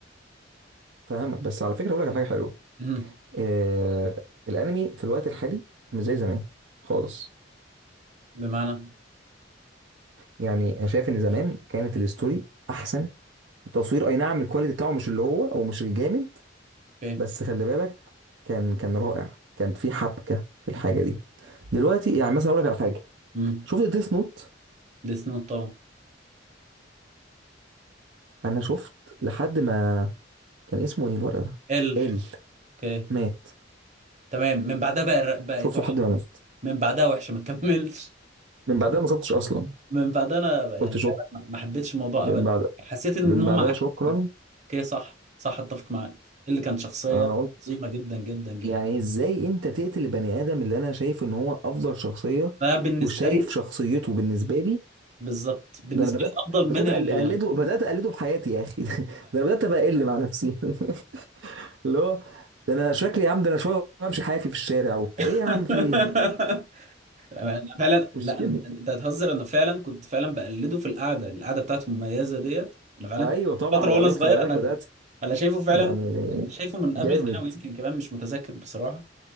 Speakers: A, on the right; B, on the right.
A: فاهمك بس على فكره اقول لك على حاجه حلوه
B: امم
A: إيه الانمي في الوقت الحالي مش زي زمان خالص
B: بمعنى
A: يعني انا شايف ان زمان كانت الستوري احسن التصوير اي نعم الكواليتي بتاعه مش اللي هو او مش الجامد
B: اوكي
A: بس خلي بالك كان كان رائع كانت في حبكه في الحاجه دي دلوقتي يعني مثلا اقول لك على حاجه
B: امم
A: شفت ديث نوت
B: ديس نوت طبعا
A: انا شفت لحد ما كان اسمه ايه الولد ده
B: ال
A: ال
B: اوكي
A: مات
B: تمام من بعدها بقى الر- بقت
A: شفته
B: وحشه
A: لحد ما مات
B: من بعدها وحشه ما تكملش
A: من بعدها ما شفتش اصلا
B: من بعدها انا يعني
A: قلت شك
B: فعلا ما ما حبيتش الموضوع
A: من
B: ابدا
A: بعد
B: حسيت ان
A: من
B: هم
A: بعدها
B: عكس
A: شكرا
B: فيه. اوكي صح صح اتفق معاك اللي كان شخصيه
A: انا قلت
B: عظيمه جدا جدا جدا
A: يعني ازاي انت تقتل البني ادم اللي انا شايف ان هو افضل شخصيه
B: ده بالنسبه
A: وشايف
B: لي
A: شخصيته بالنسبه لي
B: بالظبط بالنسبه
A: ده انا بدات
B: لي افضل من
A: بدات
B: ال
A: أقل- اقلده بدات اقلده في حياتي يا اخي <laughs> ده انا بدات ابقى اقل مع نفسي <laughs> اللي هو ده انا شكلي يا عم ده انا شويه بمشي حافي في الشارع وبتاع
B: <laughs>
A: ايه يا عم في ايه
B: انا فعلا
A: مش
B: لا
A: كده
B: انت هتهزر انا فعلا كنت فعلا بقلده في القعده القعده بتاعته المميزه ديت انا فعلا
A: ايوه
B: كنت
A: طبعا
B: فتره
A: وبعدين
B: وانا صغير
A: خلي بالك
B: انا
A: بدات
B: انا شايفه فعلا
A: يعني
B: أنا شايفه من قبل
A: جامد
B: ثانوي يمكن كمان مش متذكر بصراحه